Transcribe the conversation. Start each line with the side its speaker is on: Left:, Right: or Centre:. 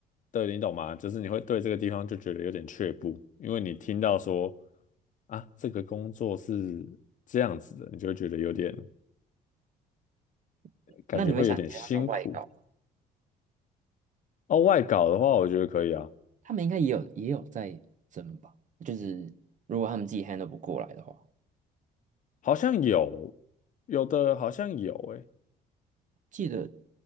Left: 对，你懂吗？就是你会对这个地方就觉得有点却步，因为你听到说啊，这个工作是这样子的，你就会觉得有点，
Right: <laughs>
Left: 感觉会有点辛苦。
Right: 那你会想接他们的外稿吗
Left: 哦，外搞的话，我觉得可以啊，
Right: 他们应该也有也有在争吧？就是如果他们自己 handle 不过来的话，
Left: 好像有，有的好像有、欸，
Right: 记得